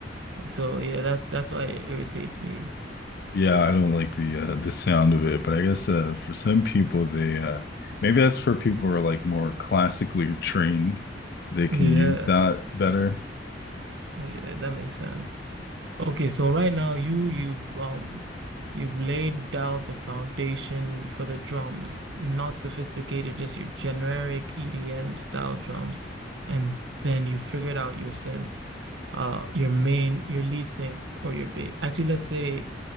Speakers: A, on the right; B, on the left.
A: So yeah, that's that's why it irritates me.
B: Yeah, I don't like the uh, the sound of it, but I guess uh, for some people they uh, maybe that's for people who are like more classically trained. They can
A: Yeah,
B: use that better.
A: yeah, that makes sense. Okay, so right now you you've um you've laid down the foundation for the drums, not sophisticated, just your generic EDM style drums, and then you figured out your synth uh your main your lead synth or your bass actually let's say